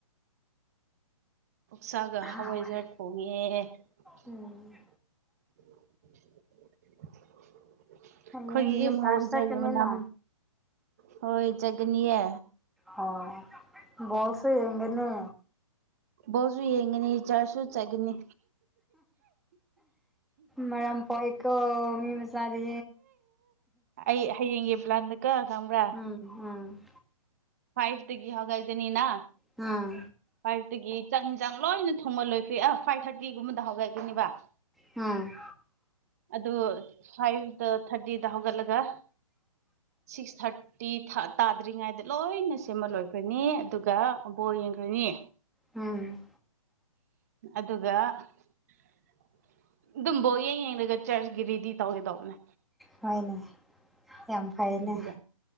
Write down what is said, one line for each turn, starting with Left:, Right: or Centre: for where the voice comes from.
Right: ꯁꯥꯒ
Centre: ꯍꯥꯎꯕꯅꯦ
Right: ꯍꯋꯥꯏꯖꯥꯔ ꯊꯣꯡꯉꯦ <unintelligible> ꯑꯩꯈꯣꯏꯒꯤ
Centre: ꯎꯝ ꯍꯌꯦꯡꯗꯤ
Right: ꯌꯨꯝ
Centre: ꯆꯔꯁ
Right: ꯍꯥꯎꯏꯖꯔꯒꯤ
Centre: ꯆꯠꯀꯅꯤꯅ
Right: ꯃꯅꯝ ꯍꯧꯔꯣꯏꯖꯒꯅꯤꯌꯦ
Centre: ꯑꯣ ꯕꯣꯜꯁꯨ ꯌꯦꯡꯒꯅꯦ
Right: ꯕꯣꯠꯁꯨ ꯌꯦꯡꯒꯅꯤ ꯆꯔꯖꯁꯨ ꯆꯠꯒꯅꯤ
Centre: ꯃꯔꯝ ꯍꯣꯏꯀꯣ ꯃꯤ ꯃꯆꯥꯗꯤ
Right: ꯑꯩ ꯍꯌꯦꯡꯒꯤ ꯕ꯭ꯂꯥꯟꯗ ꯀꯥ ꯈꯪꯕ꯭ꯔꯥ
Centre: ꯎꯝ ꯎꯝ
Right: ꯐꯥꯏꯕ ꯇꯒꯤ ꯍꯒꯥꯏꯗꯦꯅꯤꯅ
Centre: ꯑꯥ
Right: ꯐꯥꯏꯚꯇꯒꯤ ꯆꯥꯛ ꯌꯦꯟꯖꯥꯡ ꯂꯣꯏꯅ ꯊꯣꯡꯒꯜꯂꯣꯏ ꯐꯦ ꯑ ꯐꯥꯏꯚ ꯊꯥꯔꯇꯤꯒꯨꯝꯕꯗ ꯍꯧꯒꯠꯀꯣꯏꯅꯤꯕ
Centre: ꯎꯝ
Right: ꯑꯗꯨ ꯐꯥꯏꯚꯇ ꯊꯥꯔꯇꯤꯗ ꯍꯧꯒꯠꯂꯒ ꯁꯤꯛꯁ ꯊꯥꯔꯇꯤ ꯇꯥꯗ꯭ꯔꯤꯉꯩꯗ ꯂꯣꯏꯅ ꯁꯦꯝꯃꯜꯂꯣꯏꯕ ꯈ꯭ꯔꯅꯤ ꯑꯗꯨꯒꯕꯣꯣꯔ ꯌꯦꯡꯈ꯭ꯔꯅꯤ
Centre: ꯎꯝ
Right: ꯑꯗꯨꯒ ꯑꯗꯨꯝꯕꯧ ꯌꯦꯡꯒꯠ ꯆꯔꯆꯀꯤ ꯔꯦꯗꯤ ꯇꯧꯒꯦ ꯇꯧꯕꯅꯦ
Centre: ꯍꯣꯏꯅꯦ ꯌꯥꯝ ꯐꯩꯅꯦ
Right: ꯑꯗꯨꯒ